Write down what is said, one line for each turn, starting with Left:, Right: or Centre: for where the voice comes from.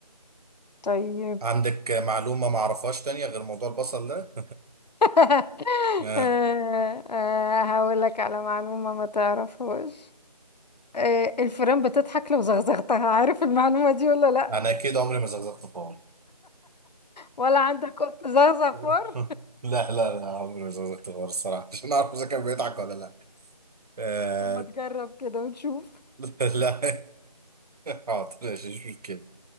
Left: طيب
Right: عندك معلومه ما اعرفهاش تانية غير موضوع البصل ده
Left: <laughs>
Right: آه،
Left: آه، آه، هقول لك على معلومة ما تعرفهاش آه، الفيران بتضحك لو زغزغتها عارف المعلومة دي ولا لا
Right: انا كده عمري ما زغزغت خالص
Left: ولا عندك قط زغزغ
Right: <laughs>
Left: فار
Right: لا لا لا عمري ما زغزغت خالص الصراحه عشان اعرف اذا كان بيضحك ولا لا آه،
Left: طب ما تجرب كده ونشوف
Right: <laughs> لا حاضر مفيش مشكلة